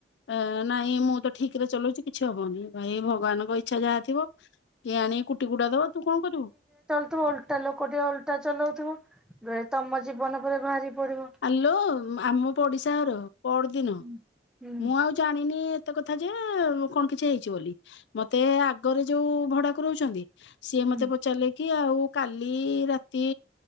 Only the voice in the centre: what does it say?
ତୁ ଓଲଟା ଲୋକ ଟିକେ ଓଲଟା ଚଲାଉଥିବ ଯେ ତମ ଜୀବନ ଉପରେ ବାହାରି ପଡିବ।
ହୁଁ ହୁଁ
ହୁଁ